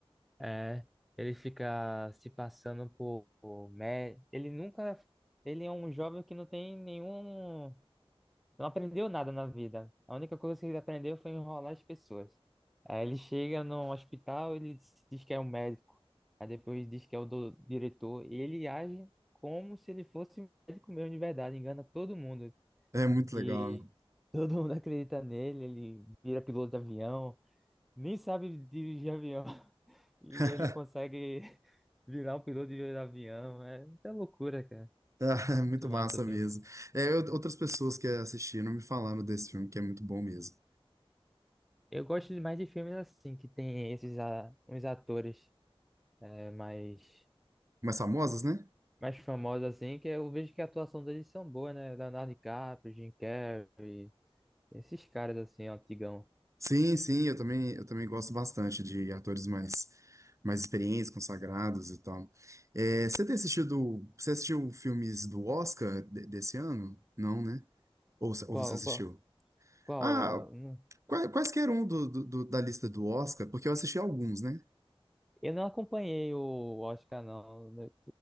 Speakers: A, in the centre; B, on the right (about 30°).
A: É, ele fica se passando por, por mé- ele nunca, ele é um jovem que não tem nenhum, não aprendeu nada na vida. A única coisa que ele aprendeu foi enrolar as pessoas. Aí ele chega no hospital, ele se diz que é um médico, aí depois diz que é o do- diretor, e ele age como se ele fosse um médico mesmo de verdade, engana todo mundo.
B: É muito
A: E
B: legal, né?
A: todo mundo <laughs> acredita nele, ele vira piloto de avião. nem sabe dirigir avião <laughs> e
B: <laughs>
A: ele consegue <laughs> virar um piloto de avião. É muita loucura, cara.
B: Ah, É muito
A: Muito massa,
B: massa
A: velho.
B: mesmo. É, eu- outras pessoas que assistiram me falaram desse filme, que é muito bom mesmo.
A: Eu gosto mais de filmes assim, que tem esses a- uns atores é, mais,
B: Mais famosas, né?
A: mais famosos, assim, que eu vejo que a atuação deles são boas, né? Leonardo DiCaprio, Jim Carrey, esses caras assim, antigão.
B: Sim, sim, eu também, eu também gosto bastante de atores mais, mais experientes, consagrados e tal. É, você tem assistido, você assistiu filmes do Oscar de- desse ano? Não, né? Ou,
A: Qual,
B: ou você assistiu?
A: qual, qual?
B: Ah,
A: Eu não
B: qua- quaisquer um do, do- do- da lista do Oscar, porque eu assisti alguns, né?
A: eu não acompanhei o Oscar, não. O